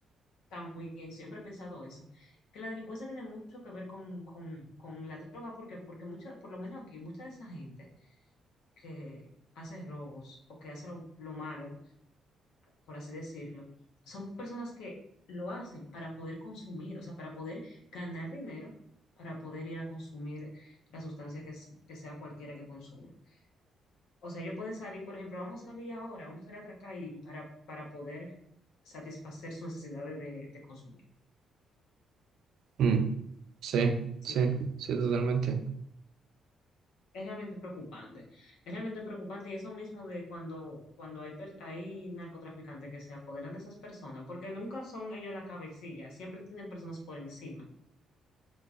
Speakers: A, on the left; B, on the right.
A: también siempre he pensado eso, que la delincuencia tiene mucho que ver con, con, con la droga, porque, porque mucha, por lo menos aquí, mucha de esa gente que hace robos o que hace lo, lo malo, por así decirlo, son personas que lo hacen para poder consumir, o sea, para poder ganar dinero, para poder ir a consumir la sustancia que, s- que sea cualquiera que consuma. O sea, ellos pueden salir, por ejemplo, vamos a salir ahora, vamos a ir a atracar y, y para, para poder satisfacer sus necesidades de, de consumir.
B: Mm, sí,
A: Sí,
B: sí, sí, totalmente.
A: es realmente preocupante. Es realmente preocupante y eso mismo de cuando, cuando hay, per- hay narcotraficantes que se apoderan de esas personas, porque nunca son ellos la cabecilla, siempre tienen personas por encima.